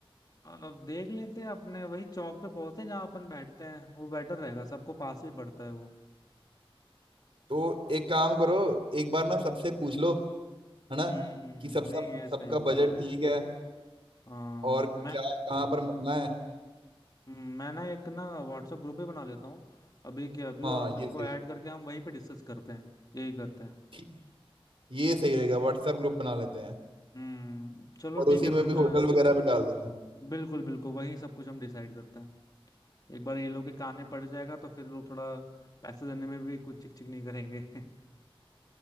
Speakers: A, on the left (about 40°); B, on the right (about 65°).
A: अब देख लेते हैं अपने वही चौक पे पहुंचते हैं जहाँ अपन बैठते हैं वो बेटर रहेगा सबको पास भी पड़ता है वो
B: तो एक काम करो एक बार ना सबसे पूछ लो है ना
A: हम्म
B: कि सब सब
A: नहीं ये सही
B: सबका
A: बोल
B: बजट
A: रहे हो आप
B: ठीक है
A: हाँ
B: और
A: मैं
B: क्या कहाँ पर मिलना है
A: मैं ना एक ना व्हाट्सएप ग्रुप ही बना लेता हूँ अभी के अभी
B: हाँ
A: और सबको
B: ये सही
A: ऐड करके हम वहीं पे डिस्कस करते हैं यही करते हैं
B: ठीक ये सही रहेगा व्हाट्सएप ग्रुप बना लेते हैं
A: हम्म चलो
B: और
A: ठीक
B: उसी
A: है
B: में
A: फिर
B: भी
A: मैं
B: होटल वगैरह भी डाल देना
A: बिल्कुल बिल्कुल वही सब कुछ हम डिसाइड करते हैं एक बार ये लोग के कान में पड़ जाएगा तो फिर लोग थोड़ा पैसे देने में भी कुछ चिक चिक नहीं करेंगे <laughs>